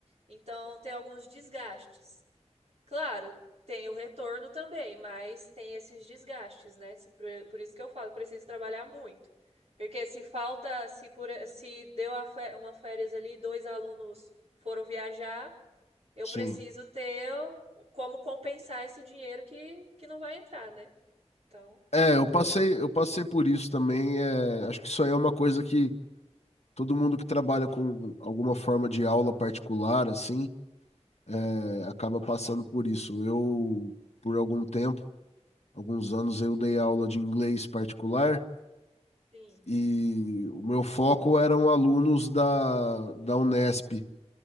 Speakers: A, on the right; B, on the left.
A: Então, tem alguns desgastes. Claro, tem o retorno também, mas tem esses desgastes, né? Se- Por por isso que eu falo, preciso trabalhar muito. Porque se falta, se, por, se deu a fé- uma férias ali, dois alunos foram viajar eu
B: Sim.
A: preciso ter como compensar esse dinheiro que, que não vai entrar, né? Então,
B: É, eu passei, eu passei por isso também. é, acho que isso aí é uma coisa que todo mundo que trabalha com alguma forma de aula particular, assim, é, acaba passando por isso. Eu, por algum tempo, alguns anos, eu dei aula de inglês particular.
A: sim.
B: e o meu foco eram alunos da, da Unesp,